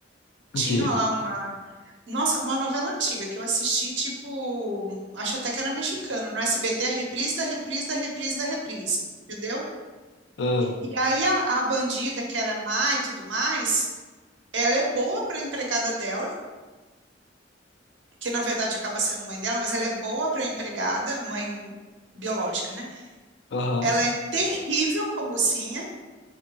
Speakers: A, on the right; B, on the left.
A: Tinha
B: O quê?
A: lá uma. Nossa, uma novela antiga que eu assisti, tipo. Acho até que era mexicano, no SBT, a reprise da reprise da reprise da reprise. Entendeu?
B: Ah,
A: E aí a, a bandida, que era má e tudo mais, ela é boa para empregada dela, que na verdade acaba sendo mãe dela, mas ela é boa para empregada, mãe biológica, né?
B: Aham.
A: Ela é terrível com a mocinha.